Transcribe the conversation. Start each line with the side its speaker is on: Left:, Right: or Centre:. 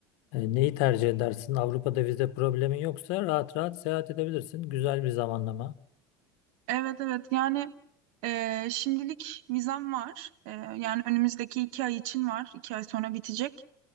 Left: E, neyi tercih edersin? Avrupa'da vize problemin yoksa rahat rahat seyahat edebilirsin. Güzel bir zamanlama.
Right: Evet evet yani e, şimdilik vizem var. E, yani önümüzdeki iki ay için var. İki ay sonra bitecek.